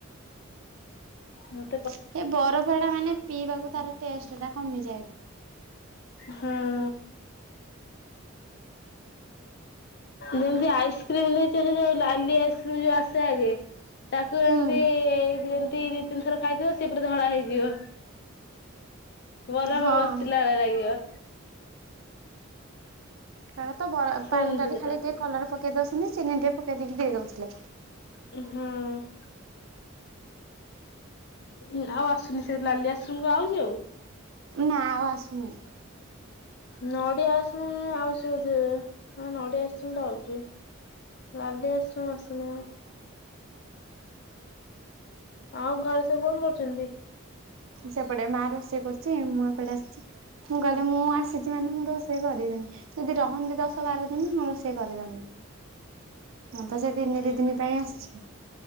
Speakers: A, on the left; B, on the right.
A: ହୁଁ।
B: ସେ ବରଫ ଟା ମାନେ ପିଇବାକୁ ତାର ଟେଷ୍ଟ ଟା କମିଯାଏ।
A: ହଁ। ଯେମତି ଆଇସ୍କ୍ରିମ ଭିତରେ ଯୋଉ ଲାଲି ଆଇସ୍କ୍ରିମ ଯୋଉ ଆସେ ଆଗେ ତାକୁ ଏମତି
B: ହୁଁ
A: ଯେମିତି ଦି ତିନି ଥର ଖାଇଥିବ ସେ ପୁରା ଧଳା ହେଇଯିବ। ବରଫ
B: ହଁ
A: ଘସିଲା ଭଳିଆ ଲାଗିବ।
B: ତା ତ ବର
A: ସେମିତିକା
B: ପାଣି ଟାରେ ଖାଲି
A: ଟାଇପର
B: ଟିକେ କଲର ପକେଇ ଦଉଛନ୍ତି ଚିନି ଟିକେ ପକେଇ ଦେଇକି ଦେଇ ଦଉଥିଲେ।
A: ହଁ। ଉଁ ଆଉ ଆସୁନି ସେ ଲାଲି ଆଇସକ୍ରିମ ଆଉଛି ଆଉ?
B: ନା ଆଉ ଆସୁନି।
A: ନଡିଆ ଆଇସ୍‌କ୍ରିମ୍ ଆଉଛି ବୋଧ ହଁ ନଡିଆ ଆଇସ୍‌କ୍ରିମ୍ ତ ଆଉଛି। ଲଧି ଆସୁ ଆସୁନି ଆଉ। ଆଉ ଘରେ ସବୁ କଣ କରୁଛନ୍ତି?
B: ସେପଟେ ମା ରୋଷେଇ କରୁଛି ମୁଁ ଏପଟେ ଆସିଛି ମୁଁ କହିଲି ମୁଁ ଆସିଛି ମାନେ ମୁଁ ରୋଷେଇ କରିବିନି। ଯଦି ରହନ୍ତି ଦଶ ବାର ଦିନ ହଁ ରୋଷେଇ କରିଦଅନ୍ତିି।
A: <inaudible>
B: ମୁଁ ତ ସେ ଦିନେ
A: ହୁଁ
B: ଦି ଦିନି ପାଇଁ ଆସିଛି